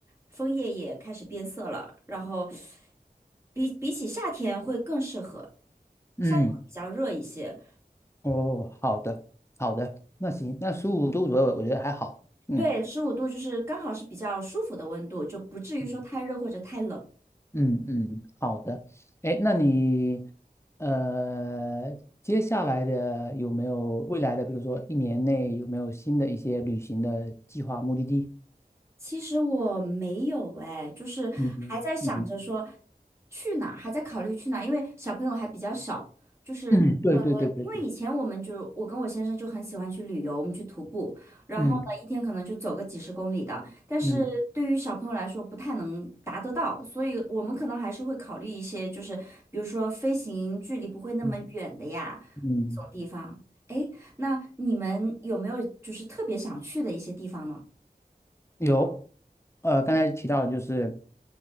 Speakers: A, on the right; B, on the left.
A: 枫叶也开始变色了，然后比比起夏天会更适合，
B: 嗯
A: 夏天会比较热一些。
B: 哦，好的好的，那行，那十五度左右，我觉得还好。嗯
A: 对，十五度就是刚好是比较舒服的温度，就不至于说太热或者太冷。
B: 嗯嗯嗯，好的。哎，那你呃，接下来的有没有未来的，比如说一年内有没有新的一些旅行的计划、目的地？
A: 其实我没有哎，就是还在想着说
B: 嗯嗯
A: 去哪儿，还在考虑去哪儿，因为小朋友还比较小，就是呃，
B: 嗯，对对对对对，
A: 因为以前我们就我跟我先生就很喜欢去旅游，我们去徒步，然后呢一天可能就走个几十公里的，
B: 嗯
A: 但是对于小朋友来说不太能达得到，
B: 嗯
A: 所以我们可能还是会考虑一些，就是比如说飞行距离不会那么远的呀，
B: 嗯嗯。
A: 这种地方。哎，那你们有没有就是特别想去的一些地方呢？
B: 有，呃，刚才提到就是，